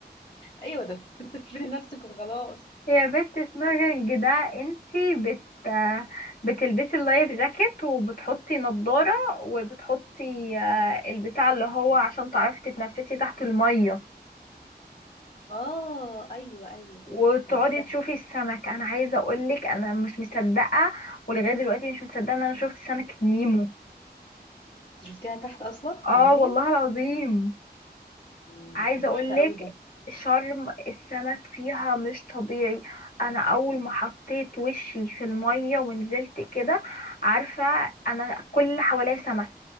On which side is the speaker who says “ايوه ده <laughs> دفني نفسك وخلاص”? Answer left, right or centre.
Left